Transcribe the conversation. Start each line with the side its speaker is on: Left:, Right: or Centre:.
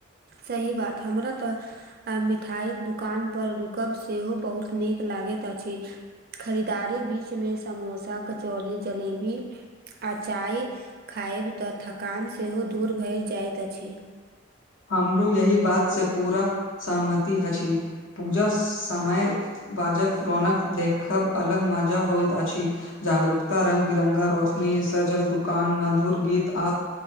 Right: सही बात हमरा तऽ अ मिठाई के दुकान पर रुकब सेहो बहुत नीक लागैत अछि खरीदारी बीच में समोसा, कचौड़ी, जलेबी। आ चाय खायद तऽ थकान सेहो दूर भरि जाइत अछि
Left: हमरो यही बात से पूरा सहमति अछि पूजा समय बाजक रौनक देखब अलग मजा होइत अछि जागरूकता रंग बिरंगा रोशनी सजल दुकान मधुर गीत आ